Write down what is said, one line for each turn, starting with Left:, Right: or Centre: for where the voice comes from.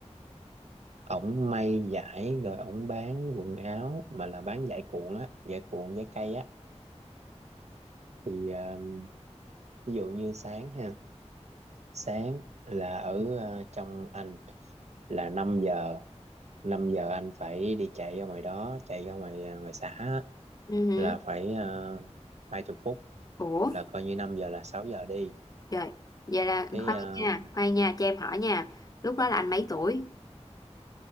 Right: ổng may vải rồi ổng bán quần áo mà là bán vải cuộn á vải cuộn vải cây á thì ờ, ví dụ như sáng ha sáng là ở ờ, trong anh là năm giờ năm giờ anh phải đi chạy ra ngoài đó chạy ra ngoài ờ, ngoài xã á,
Left: ừ, hử.
Right: là phải uh, hai chục phút
Left: Ủa?
Right: là coi như 5 giờ là 6 giờ đi
Left: Trời, vậy là
Right: cái
Left: khoan
Right: ờ,
Left: nha, khoan nha, cho em hỏi nha. Lúc đó là anh mấy tuổi?